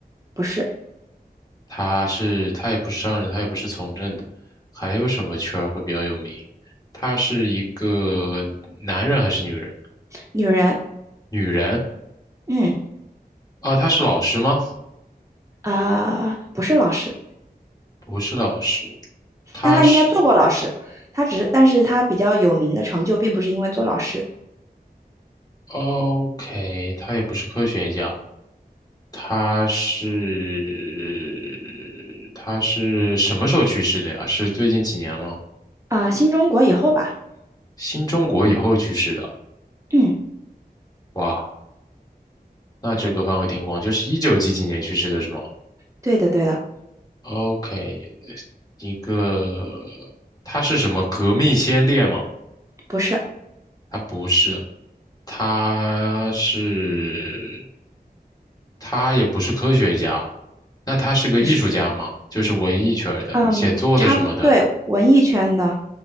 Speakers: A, on the right; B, on the left.
A: 不是。
B: 他是他也不是商人，他也不是从政的，还有什么圈儿会比较有名？他是一个男人还是女人？
A: 女人，
B: 女人
A: 嗯
B: 啊，他是老师吗？
A: 啊、不是老师，
B: 不是老师，他是
A: 但她应该做过老师。她只是，但是她比较有名的成就，并不是因为做老师
B: OK，他也不是科学家，他是他是什么时候去世的呀？是最近几年吗？
A: 啊、新中国以后吧，
B: 新中国以后去世的，
A: 嗯，
B: 哇，那这个范围挺广，就是一九几几年去世的是吗？
A: 对的，对的，
B: OK，一个，他是什么革命先烈吗？
A: 不是，
B: 他不是，他是，他也不是科学家，那他是个艺术家吗？
A: 不是，
B: 就是文艺圈儿的，
A: 嗯，
B: 写作的什么的。
A: 差不多，对，文艺圈的。